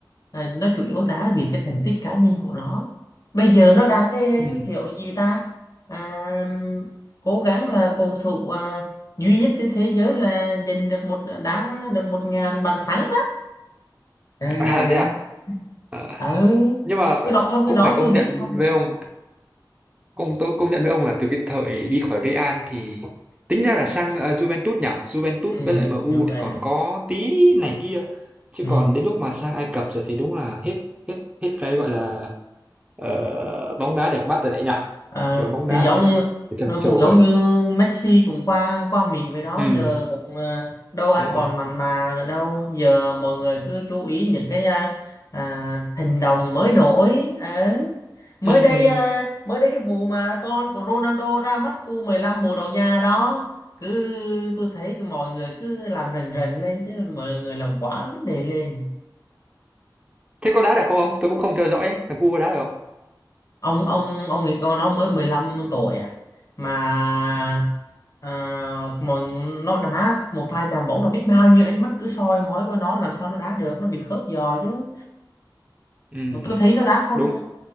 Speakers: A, on the left; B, on the right.
A: à, nó chủ yếu đá vì cái thành tích cá nhân của nó bây giờ nó đang cái
B: Ừ.
A: cái kiểu gì ta à, cố gắng là cầu thủ à, duy nhất trên thế giới là giành được một đá được một ngàn bàn thắng đó À,
B: À
A: yeah.
B: thế à? à?
A: ừ.
B: Nhưng mà
A: tôi đọc xong cái
B: cũng
A: đó
B: phải
A: tôi
B: công
A: hết
B: nhận
A: phong rồi
B: với ông, công tôi công nhận với ông là từ cái thời đi khỏi Real thì tính ra là sang à, Juventus nhỉ? Juventus
A: ừ,
B: với lại MU
A: như vậy
B: thì còn có tí này kia. Chứ
A: ừ.
B: còn đến lúc mà sang Ai Cập rồi thì đúng là hết hết hết cái gọi là ờ, bóng đá đẹp mắt rồi đấy nhỉ?
A: À,
B: Kiểu bóng
A: thì
B: đá
A: giống
B: mà anh em trầm
A: ờ,
B: trồ
A: cũng giống
B: ấy.
A: như Messi cũng qua qua Mỹ vậy đó
B: Ừ,
A: giờ cũng ờ, đâu ai
B: đúng
A: còn
B: rồi.
A: mặn mà nữa đâu giờ mọi người cứ chú ý những cái à, à, hành động mới nổi Ờ. mới
B: Ừ.
A: đây à, mới đây cái vụ mà con của Ronaldo ra mắt u mười lăm bồ Đào Nha đó cứ tôi thấy cái mọi người cứ làm rần rần lên chứ mọi người làm quá vấn đề lên
B: Thế có đá được không ông? Tôi cũng không theo dõi. Thằng cu có đá được không?
A: ông ông ông nghĩ con nó mới 15 tuổi à mà à, mà nó đá một pha chạm bóng là biết bao nhiêu ánh mắt cứ soi mói vào nó làm sao nó đá được nó bị khớp giò chứ
B: Ừ,
A: Mà tôi thấy nó đá không
B: đúng.